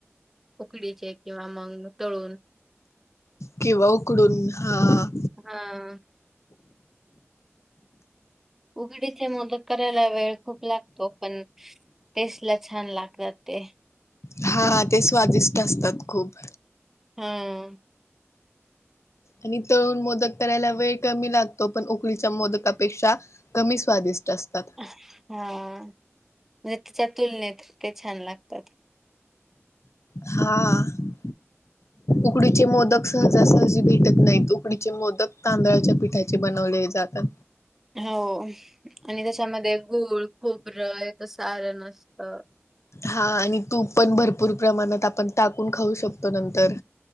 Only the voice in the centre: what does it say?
उकडीचे किंवा मग तळून.
हा. उघडीचे मोदक करायला वेळ खूप लागतो पण टेस्ट ला छान लागतात ते
हम्म
हा म्हणजे तिच्या तुलनेत का छान लागतात
हो आणि त्याच्यामध्ये गूळ खोपरं तस सार नसत